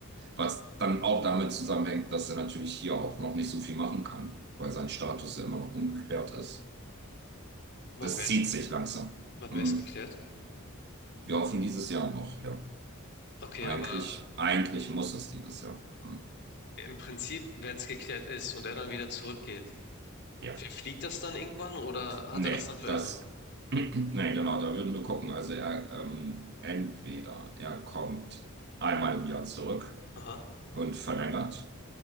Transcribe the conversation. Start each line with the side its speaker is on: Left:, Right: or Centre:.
Right: was dann auch damit zusammenhängt, dass er natürlich hier auch noch nicht so viel machen kann, weil sein Status ja immer noch ungeklärt ist.
Left: Wann
Right: Das
Left: wär's,
Right: zieht sich langsam.
Left: wann
Right: Hm.
Left: wär's geklärt?
Right: Wir hoffen dieses Jahr noch, ja.
Left: Okay,
Right: Eigentlich,
Left: aber
Right: eigentlich muss es dieses Jahr. Hm.
Left: im Prinzip, wenn es geklärt ist und er dann wieder zurückgeht,
Right: Ja.
Left: verfliegt das dann irgendwann oder hat
Right: Nee,
Left: er das dann für
Right: das.
Left: immer?
Right: <clears throat> Nee, genau, da würden wir gucken. Also er ähm, entweder er kommt einmal im Jahr zurück
Left: Aha.
Right: und verlängert